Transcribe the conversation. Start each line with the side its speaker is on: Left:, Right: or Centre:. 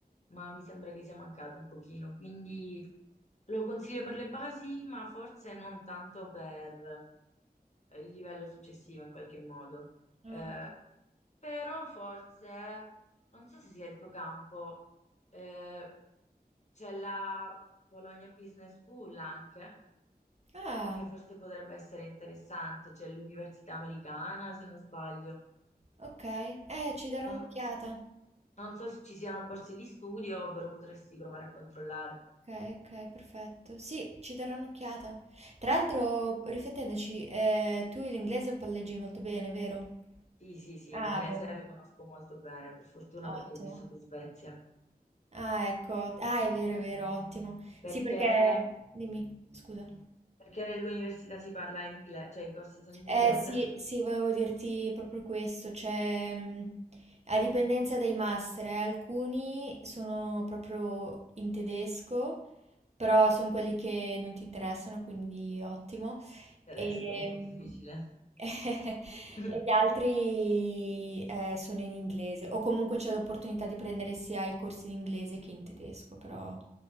Left: ma mi sembra che sia mancato un pochino, quindi lo consiglio per le basi, ma forse non tanto per eh, il livello successivo in qualche modo.
Right: Ah,
Left: Eh, però forse, non so se sia il tuo campo. Eh, c'è la Bologna Business School anche,
Right: Ah,
Left: che forse potrebbe essere interessante, c'è l'università americana, se non sbaglio.
Right: ok. Eh, ci darò
Left: Non,
Right: un'occhiata.
Left: non so se ci siano borse di studio, però potresti provare a controllare.
Right: Okay, okay, perfetto. Sì, ci darò un'occhiata. Tra l'altro, riflettendoci, eh, tu l'inglese lo palleggi molto bene, vero?
Left: Sì, sì, sì,
Right: Ah,
Left: l'inglese
Right: boh,
Left: lo conosco molto bene, per fortuna
Right: ottimo.
Left: perché ho vissuto in Svezia.
Right: Ah, ecco, ott- ah, è vero, è vero, ottimo.
Left: Perché,
Right: Sì, perché... Dimmi, scusa.
Left: perché nell'università si parla in inglese, cioè i corsi sono in
Right: Eh,
Left: inglese,
Right: sì, sì, volevo dirti proprio questo, cioè, mh, a dipendenza dai master, eh, alcuni sono proprio in tedesco, però sono quelli che non ti interessano, quindi ottimo.
Left: il tedesco
Right: E,
Left: è un po'
Right: mh,
Left: difficile.
Right: <laughs>
Left: <laughs>
Right: E gli altri eh, sono in inglese, o comunque c'è l'opportunità di prendere sia i corsi in inglese che in tedesco, però